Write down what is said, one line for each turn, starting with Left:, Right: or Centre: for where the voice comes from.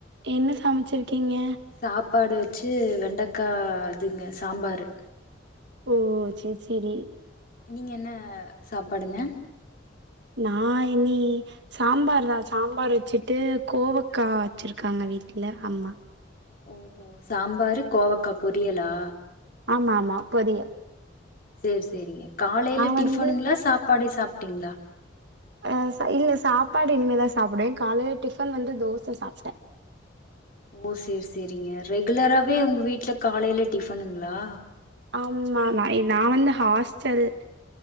Right: என்ன சமச்சிருக்கீங்க
Left: சாப்பாடு வச்சு வெண்டக்கா இதுங்க சாம்பாரு
Right: ஓ செரி செரி
Left: நீங்க என்ன சாப்பாடுங்க
Right: நா இனி சாம்பாரு தா சாம்பாரு வச்சுட்டு கோவக்கா வச்சிருக்காங்க வீட்ல அம்மா
Left: ஓஹோ சாம்பாரு கோவக்கா பொரியலா
Right: ஆமா ஆமா பொறியல்
Left: சேரி சேரிங்க காலையில
Right: வந்து
Left: டிஃபனுங்களா சாப்பாடே சாப்ட்டீங்ளா
Right: ஆ இல்ல சாப்பாடு இனிமேதா சாப்பிடுவே காலையில டிஃபன் வந்து தோச சாப்ட்டே
Left: ஓ சேரி சேரிங்க ரெகுலராவே உங்க வீட்ல காலையில டிஃபனுங்ளா
Right: ஆமாம்மா நா வந்து ஹாஸ்ட்டல்